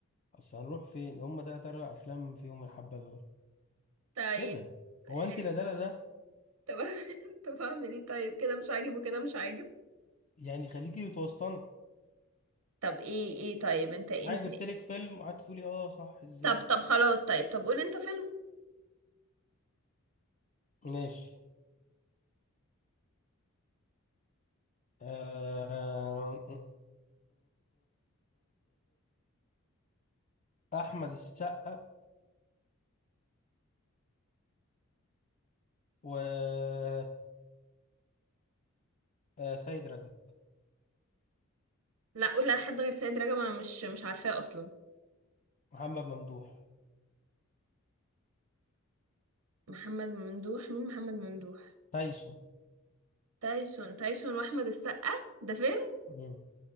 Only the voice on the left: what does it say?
اصل هنروح فين هم تلات اربع افلام فيهم الحبه دول
ايه ده
هو انت لا ده لا ده
يعني خليكي متوسطنه
يعني جبت لك فيلم وقعدت تقولي اه صح ازاي
ماشي آه، احمد السقا و آه، سيد رجب
محمد ممدوح
تايسون
مم.